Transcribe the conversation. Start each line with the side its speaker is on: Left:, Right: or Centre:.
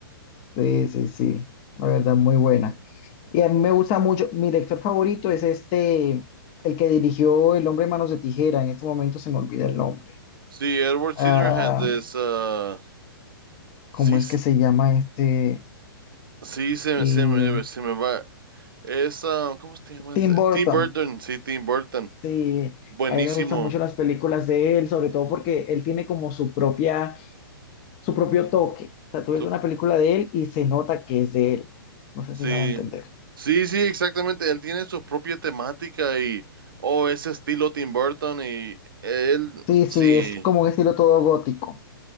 Left: Sí, sí, sí, la verdad, muy buena. Y a mí me gusta mucho, mi director favorito es este, el que dirigió El hombre de manos de tijera, en este momento se me olvida el nombre.
Right: Sí, Edward
Left: Ah,
Right: Scissorhands es, ah, sí,
Left: ¿cómo es que se llama este?
Right: Sí, se,
Left: Eh,
Right: se me, se me va. es ah ¿cómo se llama?
Left: Tim
Right: ese?
Left: Burton.
Right: Tim Burton, sí, Tim Burton.
Left: Sí,
Right: Buenísimo.
Left: a mí me gustan mucho las películas de él, sobre todo porque él tiene como su propia, su propio toque. O sea, tú ves
Right: Su-
Left: una película de él y se nota que es de él. No sé
Right: sí,
Left: si me van a entender.
Right: sí, sí, exactamente. Él tiene su propia temática y, oh, ese estilo Tim Burton y él,
Left: Sí, sí,
Right: sí,
Left: es como un estilo todo gótico.